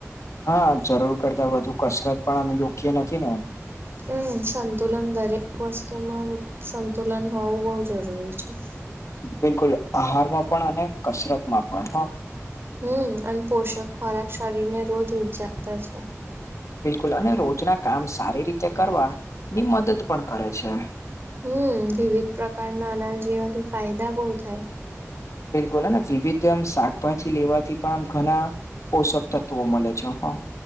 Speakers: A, on the left; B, on the right.
A: હા જરૂર કરતા વધુ કસરત પણ અમે જોખએ નથી ને.
B: હમ સંતુલન દરેક વસ્તુમાં સંતુલન હોવું બહુ જરૂરી છે. અચ્છા <unintelligible>
A: બિલકુલ આહારમાં પણ અને કસરત માં પણ હા.
B: હમ અને પોષક ખોરાક શરીર ને રોજ ઉર્જા આપે છે.
A: બિલકુલ અને રોજના કામ સારી રીતે કરવા ની મદદ પણ કરે છે.
B: હમ વિવિધ પ્રકારના અનાજ લેવાથી ફાયદા બહુ થાય.
A: બિલકુલ વિવિધ આમ શાકભાજી લેવાથી પણ આમ ઘણા પોષક તત્વો મળે છે હા.